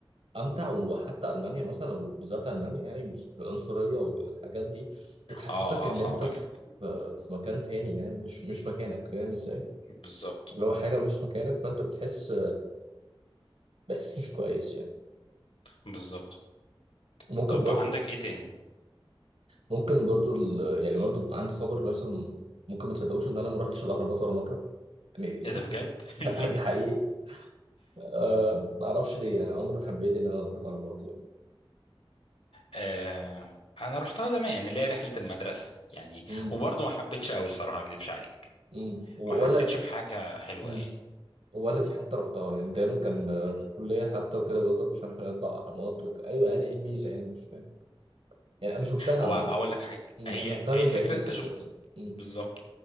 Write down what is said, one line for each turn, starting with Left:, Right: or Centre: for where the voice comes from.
Right: أمتع وحتى ألمانيا مثلا وبالذات ألمانيا يعني العنصرية والحاجات دي بتحسسك
Left: اه
Right: إن
Left: اه صعبه
Right: أنت في
Left: جدا
Right: في مكان تاني يعني مش مش مكانك فاهم إزاي؟
Left: بالظبط
Right: اللي هو حاجة مش مكانك فأنت بتحس بإحساس مش كويس يعني
Left: بالظبط
Right: ممكن
Left: طب
Right: برضو
Left: عندك ايه
Right: مم.
Left: تاني
Right: ممكن برضو ال... يعني برضو عندي خبر مثلا ممكن ما تصدقوش إن أنا ما رحتش الأهرامات ولا مرة يعني
Left: ايه ده بجد <laughs>
Right: <laughs>
Left: ليه
Right: ده حقيقي أه ما أعرفش ليه يعني عمري ما حبيت إن أنا أروح الأهرامات يعني.
Left: آه انا رحتها زمان اللي هي رحله المدرسه يعني
Right: امم
Left: وبرضه ما حبيتش قوي الصراحه ما اكدبش عليك
Right: امم وولدي
Left: ما حسيتش بحاجه حلوه
Right: امم
Left: يعني
Right: وولدي حتى رحتها يعني دايما كان آه،
Left: م.
Right: في الكليه حتى وكده يقول لك مش عارف أنا يطلع اهرامات وت... ايوه
Left: م.
Right: يعني ايه الميزه يعني مش فاهم يعني انا شفتها
Left: هو
Right: انا
Left: اقول لك حاجه
Right: مم،
Left: هي
Right: أنا شفتها
Left: هي
Right: من
Left: الفكره
Right: بعيد
Left: انت
Right: بس
Left: شفت
Right: امم
Left: بالظبط